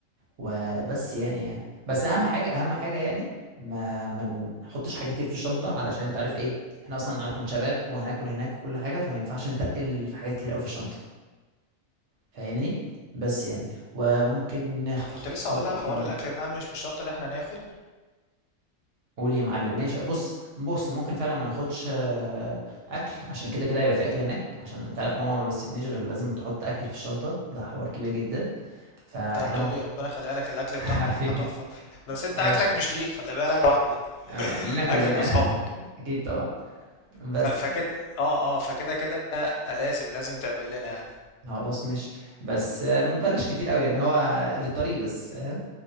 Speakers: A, on the right (about 60°); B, on the left (about 65°).
A: وبس
B: مم.
A: يعني بس اهم حاجه اهم حاجه يعني ما ما نحطش حاجه كتير في الشنطه علشان انت عارف ايه احنا اصلا هنكون شباب وهناكل هناك وكل حاجه فما ينفعش نتقل في حاجات كتير قوي في الشنطه فاهمني بس يعني وممكن نح-
B: كنت لسه
A: نحط
B: هقول لك
A: ايه تاني
B: حوار الاكل ده مش مش شرط اللي احنا ناخد
A: قول يا معلم ماشي بص بص ممكن فعلا ما ناخدش آه، اكل عشان كده كده هيبقى في اكل هناك عشان انت عارف ماما ما بتسيبنيش غير لازم تحط اكل في الشنطه ده حوار كبير جدا فاحنا
B: انت هتقول
A: ممكن
B: لي ربنا يخليها لك الاكل
A: <laughs> حبيبي
B: بتاعها تحفة بس انت
A: اي
B: اكلك مش ليك خلي بالك يا صاحبي
A: آه، لينا
B: <laughs>
A: كلنا
B: اكلك
A: يعني.
B: لاصحابك
A: <laughs> اكيد طبعا بس
B: ف- فكده اه اه فكده كده لازم لازم تعمل لنا يعني
A: خلاص ماشي بس آه، ما بلاش كتير قوي يعني هو للطريق بس فاهم